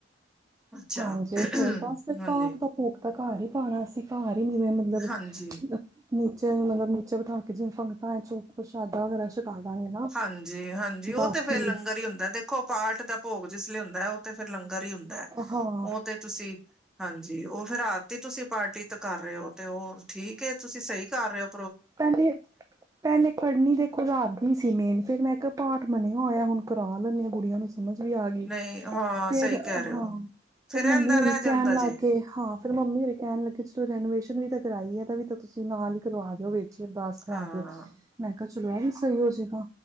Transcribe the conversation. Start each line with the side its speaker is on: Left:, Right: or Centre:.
Centre: ਅੱਛਾ
Right: ਹਾਂਜੀ, ਹੋਰ ਬਸ ਤੇ
Centre: ਹਾਂਜੀ
Right: ਪਾਠ ਦਾ ਭੋਗ। ਘਰ ਹੀ ਪਾਂਣਾ ਅਸੀਂ ਘਰ, ਈ ਨਵੇਂ ਮਤਲਬ
Centre: ਹਾਂਜੀ
Right: ਨੀਚੇ ਮਤਲਬ ਨੀਚੇ ਬਿਠਾ ਕੇ ਜਿਵੇਂ ਸੰਗਤਾਂ ਚ' ਪ੍ਰਸ਼ਾਦਾ ਵਗੈਰਾ ਛਕਾ ਦਾਂਗੇ ਨਾ
Centre: ਹਾਂਜੀ-ਹਾਂਜੀ, ਓ
Right: ਬਾਕੀ
Centre: ਤੇ ਫੇਰ ਲੰਗਰ ਈ ਹੁੰਦਾ ਦੇ ਖੋ ਪਾਠ ਦਾ ਭੋਗ ਜਿਸ ਲਈ ਹੁੰਦਾ ਐ, ਓ ਤੇ ਫਿਰ ਲੰਗਰ ਈ ਹੁੰਦਾ ਐ।
Right: ਹਾਂ
Centre: ਓ ਤੇ ਤੁਸੀਂ ਹਾਂਜੀ, ਓ ਫੇਰ ਰਾਤੀ ਤੁਸੀਂ ਪਾਰਟੀ ਤਾਂ ਕਰ ਰਹੇ ਓ ਤੇ ਓ ਠੀਕ ਏ ਤੁਸੀਂ ਸਹੀ ਕਰ ਰਏ ਓ।
Right: ਪੈਲੇ-ਪੈਲੇ ਪੜ੍ਹਨੀ ਦੇਖ ਕੋਲ ਰਾਤ ਦੀ ਸੀ, ਮੇਨ ਫਿਰ ਮੈਂ ਇੱਕ ਪਾਠ ਮੰਨਿਆ ਹੋਇਆ ਹੁਣ ਕਰਾ ਲੈਂਨੀ ਆਂ। ਬੜੀਆ ਸਮਝ ਵੀ ਆ ਗਈ।
Centre: ਨਹੀਂ ਹਾਂ
Right: ਫੇਰ
Centre: ਸਹੀ
Right: ਹਾ,
Centre: ਕਹਿ ਰਹੇ ਹੋ
Right: ਫੇਰ
Centre: ਰਹਿੰਦਾ
Right: ਮੰਮੀ ਹੁਣੀ
Centre: ਰਹਿ ਜਾਂਦਾ
Right: ਕੈਣ ਲਾਗੇ
Centre: ਜੇ
Right: ਹਾਂ। ਫ ਮੰਮੀ ਮੇਰੇ ਕੈਣ ਲੱਗੇ ਚਲੋ ਰੈਨੋਵੇਸ਼ਨ ਵੀ ਤਾਂ ਕਰਾਈ ਐ ਤਾਂ ਵੀ ਤਾਂ ਤੁਸੀਂ ਨਾਲ ਹੀ ਕਰਵਾ ਦਿਓ ਵ ਅਰਦਾਸ ਕਰਾ
Centre: ਹਾਂ
Right: ਦਿਓ। ਮੈਂ ਕਿਹਾ, ਚਲੋ ਏ ਵੀ ਸਈ ਹੋ ਜੇਗਾ।